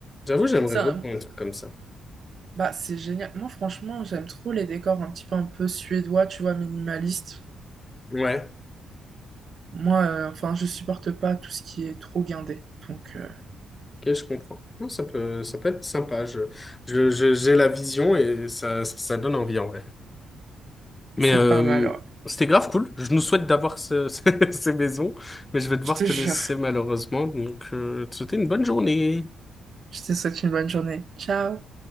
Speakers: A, on the left; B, on the right.
A: J'avoue, j'aimerais
B: Ça,
A: beaucoup un truc comme ça.
B: bah, c'est génial. Moi, franchement, j'aime trop les décors un petit peu un peu suédois, tu vois, minimaliste.
A: Ouais.
B: Moi, euh, enfin, je supporte pas tout ce qui est trop guindé. Donc, euh,
A: Ok, je comprends. Non, ça peut, ça peut être sympa. Je, je, je- j'ai la vision et ça, ça, donne envie en vrai. Mais
B: c'est
A: euh,
B: pas mal, ouais.
A: c'était grave cool. Je nous souhaite d'avoir ce- <laughs> ce- ces maisons, mais je vais devoir
B: Je te
A: te
B: jure.
A: laisser malheureusement. Donc, euh, te souhaiter une bonne journée.
B: Je te souhaite une bonne journée. Ciao!